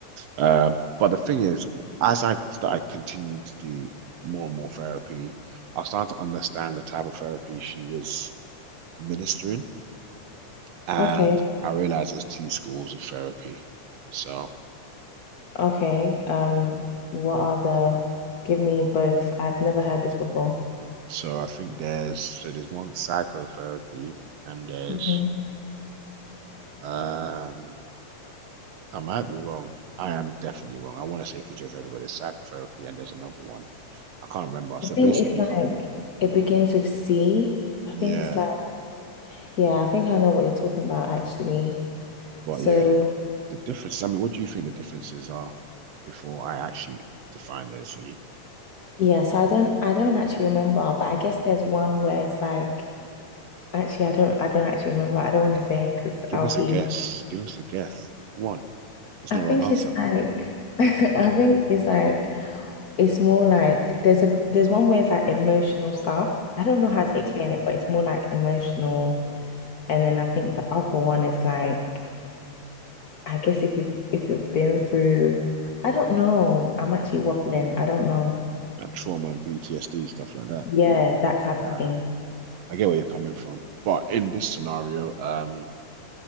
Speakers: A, on the right; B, on the left.
A: Um, but the thing is, as I started continuing to do more and more therapy, I was starting to understand the type of therapy she was ministering, and
B: Okay.
A: I realized there's two schools of therapy. So,
B: Okay. Um, what are the, give me both. I've never heard this before.
A: so I think there's so there's one psychotherapy, and there's
B: Mhm.
A: um I might be wrong. I am definitely wrong. I want to say physiotherapy, but everybody, psychotherapy, and there's another one. I can't remember. So
B: I think
A: basically,
B: it's like it begins with C. I
A: yeah,
B: think it's like yeah, I think I know what you're talking about actually.
A: but
B: So
A: yeah, the the differences. I mean, what do you think the differences are before I actually define those for you?
B: yeah, so I don't I don't actually remember, but I guess there's one where it's like actually I don't I don't actually remember. I don't want to say because
A: Give
B: I'll
A: us
B: be
A: a guess. Give us a guess. One. There's
B: I
A: no
B: think
A: wrong answer.
B: it's like <laughs> I think it's like it's more like there's a there's one where it's like emotional stuff. I don't know
A: Mm,
B: how to explain it, but it's more like emotional, and then I think the other one is like I guess if you if you've been through, I don't know. I'm actually waffling. I don't know.
A: That trauma and PTSD stuff like that.
B: Yeah, that type
A: Uh,
B: of thing.
A: I get where you're coming from, but in this scenario, um,